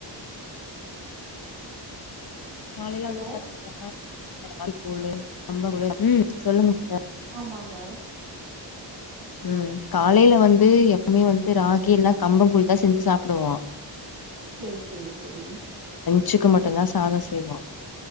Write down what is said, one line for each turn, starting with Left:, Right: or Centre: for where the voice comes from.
Left: காலைல
Right: ஹலோ
Left: வந்து பாத்திங்கன்னா ராய்கூழு கம்பங்கூழு <inaudible> ம் சொல்லுங்க சிஸ்டர்
Right: ஆமாங்க
Left: ம் காலைல வந்து எப்வ்மே வந்து ராகி இல்ல கம்பங்கூல் தா செஞ்சு சாப்பிடுவோ
Right: செரி செரி செரி
Left: ச்சுக்கு மட்டுந்தா சாத செய்வோ